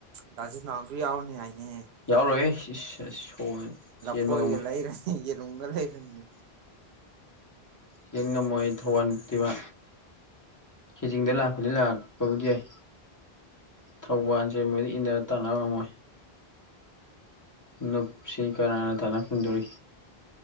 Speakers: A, on the right; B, on the left.
A: ꯗꯥꯖꯤꯅꯥꯎꯁꯨ ꯌꯥꯎꯅꯤ ꯍꯥꯏꯅꯦ
B: ꯌꯥꯎꯔꯣꯑꯦ ꯏꯋ ꯏꯁ ꯁꯣꯟ ꯆꯦꯟꯕ
A: ꯂꯐꯣꯏꯒ
B: ꯉꯝꯃꯣꯢ
A: ꯂꯩꯔꯅꯤ ꯌꯦꯔꯨꯝꯒ ꯂꯩꯔꯅꯤ
B: ꯆꯦꯟ ꯉꯝꯃꯣꯢ ꯊꯧꯋꯥꯟ ꯇꯤꯋꯥ ꯈꯩꯖꯤꯡꯗꯩ ꯂꯥꯛꯄꯨꯗꯤ ꯂꯥꯛꯄꯕꯨꯗꯤ ꯌꯥꯏ ꯊꯧꯕꯥꯜꯁꯦ ꯃꯣꯏꯗꯤ ꯏꯟꯅꯔ ꯇꯥꯟꯅꯕ ꯉꯝꯃꯣꯏ ꯅꯨꯞꯁꯤ ꯀꯥꯅ ꯀꯅꯅꯥ ꯇꯥꯟꯅ ꯐꯣꯡꯗꯧꯔꯤ